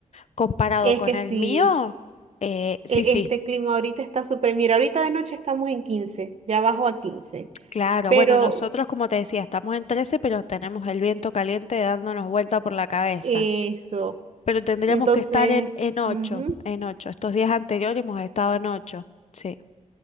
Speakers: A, on the left; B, on the right.
A: comparado
B: Es
A: con
B: que
A: el
B: sí,
A: mío, eh, sí,
B: e-
A: sí,
B: Este clima ahorita está súper, mira, ahorita de noche estamos en quince ya bajo a quince
A: Claro,
B: pero
A: bueno, nosotros como te decía, estamos en 13, pero tenemos el viento caliente dándonos vuelta por la cabeza.
B: eso,
A: Pero tendríamos
B: entonces,
A: que estar en, en ocho,
B: ujú,
A: en 8. Estos días anteriores hemos estado en 8, sí.